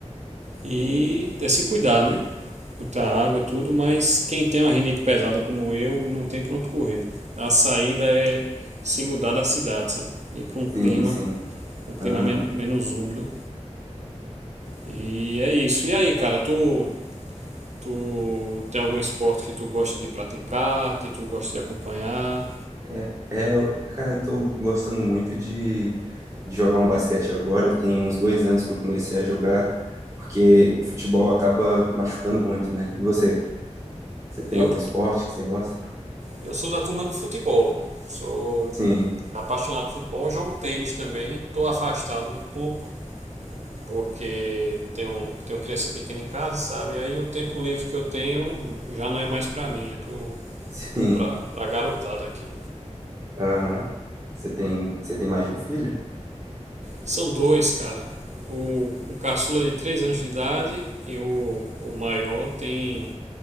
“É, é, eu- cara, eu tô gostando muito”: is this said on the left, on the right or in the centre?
Right